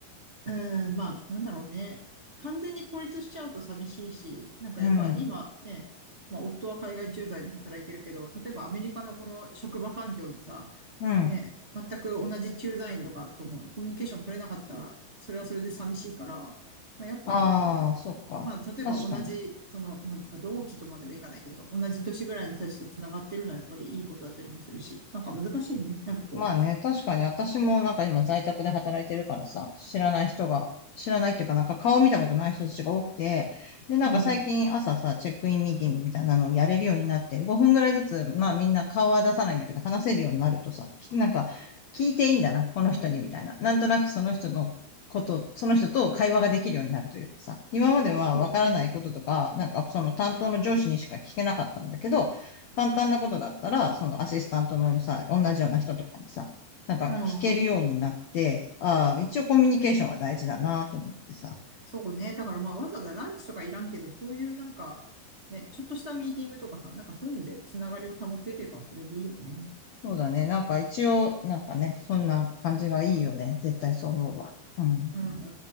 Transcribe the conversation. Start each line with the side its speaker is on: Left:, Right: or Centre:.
Right: うん、まあ、なんだろうね。完全に孤立しちゃうと寂しいし、なんかやっぱ今ね、
Left: うん、うん、
Right: まあ、夫は海外駐在で働いてるけど、例えばアメリカのこの職場環境でさ、
Left: うん。
Right: ね、全く同じ駐在員とかともコミュニケーション取れなかったら、それはそれで寂しいから、まあ、やっぱなんかね、
Left: ああ、そっか。
Right: まあ、例えば同じ、
Left: 確かに。
Right: その、なんつうか、同期とまではいかないけど、同じ年ぐらいの人たちと繋がってるのはやっぱりいいことだったりもするし、なんか難しいね。なんかこ
Left: まあね、確かに私もなんか今在宅で働いてるからさ、知らない人が、知らないっていうかなんか顔見たことない人たちが多くて、で、なんか最近朝さ、
Right: う、うん、
Left: チェックインミーティングみたいなのをやれるようになって、5分ぐらいずつ、まあみんな顔は出さないんだけど、話せるようになるとさ、きなんか聞いていいんだな、この人にみたいな。なんとなくその人のこと、その人と会話ができるようになるというかさ、今まではわからないこととか、
Right: そうね。
Left: なんかその担当の上司にしか聞けなかったんだけど、簡単なことだったら、そのアシスタントのさ、同じような人とかにさ、なんか聞けるようになって、
Right: うん、
Left: ああ、一応コミュニケーションは大事だなと思ってさ。
Right: そうね。だからまあ、わざわざランチとかいらんけど、そういうなんか、ね、ちょっとしたミーティングとかさ、なんかそういうので繋がりを保てればそれでいいよね。
Left: そうだね。なんか一応、なんかね、そんな感じがいいよね。絶対そう思うわ。うん。
Right: うん、